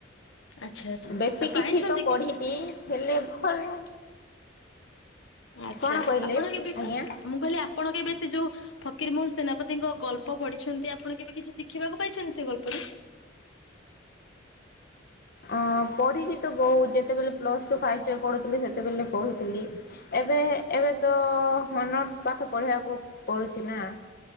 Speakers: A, on the left; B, on the left.
A: ଆଚ୍ଛା ଆଚ୍ଛା
B: ବେଶୀ
A: ଆଉ
B: କିଛି
A: ପାଇଛନ୍ତି
B: ତ ପଢିନି।
A: କି
B: ହେଲେ ଭଲ।
A: ଆଛା
B: କଣ କହିଲେ
A: ଆପଣ କେବେ
B: ଆଜ୍ଞା
A: ତ ମୁଁ କହିଲି ଆପଣ କେବେ ସେ ଯୋଉ ଫକୀରମୋହନ ସେନାପତିଙ୍କ ଗଳ୍ପ ପଢିଛନ୍ତି। ଆପଣ କେବେ କିଛି ଶି ସେ ଗଳ୍ପରେ।
B: ଅ ପଢିଛି ତ ବହୁତ। ଯେତେବେଳେ ପ୍ଲସ ଟୁ ଫା ପଢୁଥିଲି ସେତେବେଳେ କହୁଥିଲି। ଏବେ ଏବେ ତ ଅନର୍ସ ପାଠ ପଢିବାକୁ ପଡୁଛି ନା